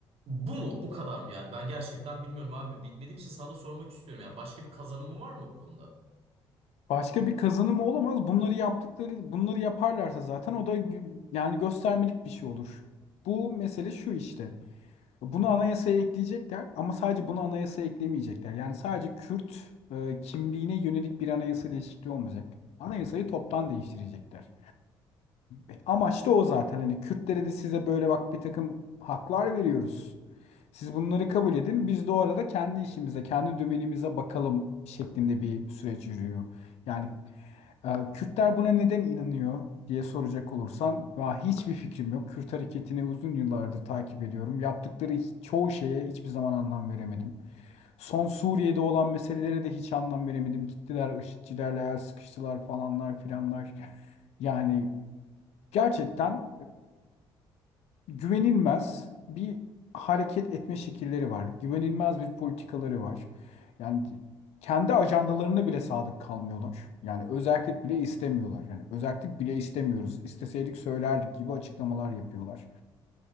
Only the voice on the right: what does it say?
bu mu? Bu kadar mı yani? Ben gerçekten bilmiyorum abi. Bilmediğim için sana sormak istiyorum. Yani başka bir kazanımı var mı bu konuda?